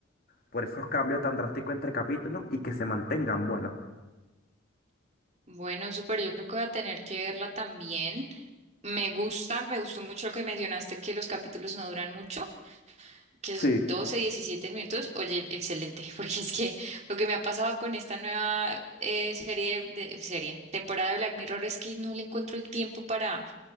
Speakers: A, on the left; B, on the right.
A: por esos cambios tan drásticos entre capítulos y que se mantengan buenos.
B: Bueno, súper, yo creo que voy a tener que verla también. Me gusta, me gustó mucho lo que mencionaste, que los capítulos no duran mucho. que
A: Sí.
B: es doce diecisiete minutos, oye, excelente, <laughs> porque es que lo que me ha pasado con esta nueva eh, serie, de, de- serie, temporada de Black Mirror es que no le encuentro el tiempo para,